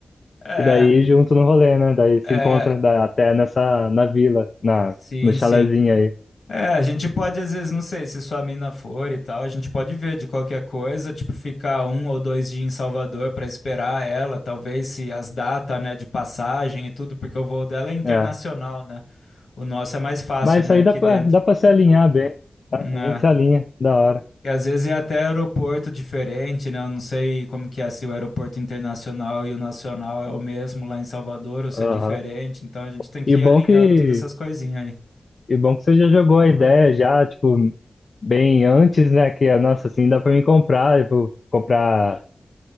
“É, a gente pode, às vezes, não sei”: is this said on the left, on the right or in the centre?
Left